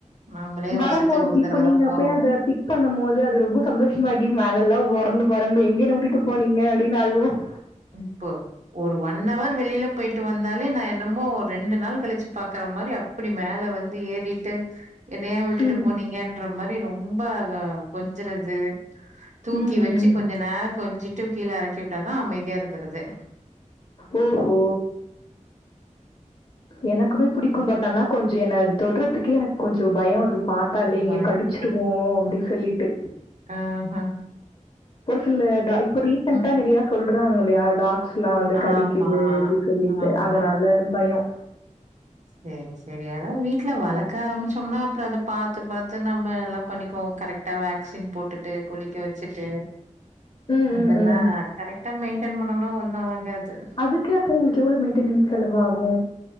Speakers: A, on the right; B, on the left.
A: நாமளே
B: வரும்போது
A: வருஷத்து ஒரு
B: இப்ப
A: தடவ
B: நீங்க
A: தா போறோ
B: அப்ப அத பிக் பண்ணும் போது அது ரொம்ப சந்தோஷமாகி மேலெல்லாம் ஒர பறந்து பறந்து எங்கேயன்னு வுட்டுட்டு போனீங்க அப்டீன்னு அழுவும்
A: ப்போ ஒரு ஒன் ஹவர் வெளில போய்ட்டு வந்தாலே நான் என்னமோ ஒரு ரெண்டு நாள் கழிச்சு பாக்குற மாரி அப் அப்டி மேல வந்து ஏறிட்டு என்ன ஏன் விட்டுட்டு
B: ம்
A: போனீங்கன்ற மாரி ரொம்ப அத கொஞ்சுறது தூக்கி
B: ம் ம்
A: வச்சு
B: ம்
A: கொஞ்ச நேரம் கொஞ்சிட்டு கீழ இறக்கி விட்டாதா அமைதியா இருக்குறதே
B: ஓஹோ எனக்குமே புடிக்கு
A: ம்
B: பட் ஆனா கொஞ்சோ என அது தொட்றதுக்கே எனக்கு கொஞ்சோ பயம் அது பாத்தாலே எங்க
A: பயமா
B: கடிச்சிடுமோ அப்டி சொல்லிட்டு
A: ஆ ஹ
B: ஒரு சில டா இப்ப ரீசெண்டா
A: ம்
B: நெறயா சொல்றாங்கல்லையா டாக்ஸ் லாம் வந்து கடிக்குது
A: ஆமா
B: அப்டினு சொல்லிட்டு
A: ஆமா
B: அதனால பயம்
A: சேரி சேரி அதான் வீட்ல வளக்க ஆரம்பிச்சோனா அப்புறம் அதை பாத்து பாத்து நம்ம எல்லா பண்ணிக்குவோம் கரெக்ட் அத வேக்சின் போட்டுட்டு குளிக்க வச்சுட்டு
B: ம்
A: அதெல்லா
B: ம் ம்
A: கரெக்டா மெயின்டெய்ன் பண்ணுனா ஒண்ணு ஆகாது
B: அதுக்கு அப்போ உங்களுக்கு எவ்ளோ மெயின்டெனிங்ஸ் செலவு ஆகு